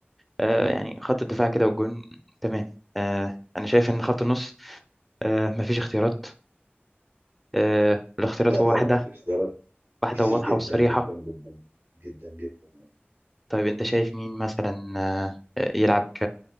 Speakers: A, in the centre; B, on the right.
A: آه، يعني خط الدفاع كده والجون تمام آه، انا شايف ان خط النص آه، مفيش اختيارات آه، الاختيارات
B: لا
A: هو
B: طبعا
A: واحدة
B: في اختيارات
A: واحدة
B: كتير
A: وواضحة
B: جدا
A: وصريحة
B: جدا جدا جدا جدا
A: طيب أنت شايف مين مثلا آه، آه، يلعب